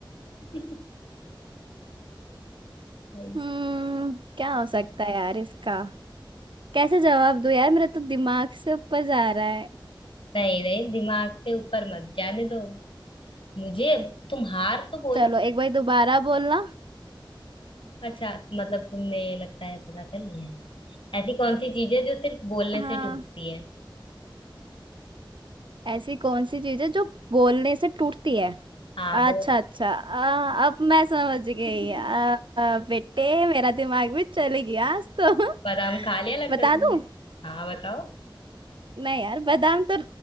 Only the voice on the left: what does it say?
हैं <laughs> भाई
नहीं नहीं दिमाग से ऊपर मत जाने दो मुझे तुम हार तो बोलो
ना <laughs> अच्छा मतलब तुमने लगता है पता कर लिया है ऐसी कौन सी चीज है जो सिर्फ बोलने
से टूटती है
हाँ
बोल
<laughs>
बादाम खा लिया लगता
है तुमने
हाँ बताओ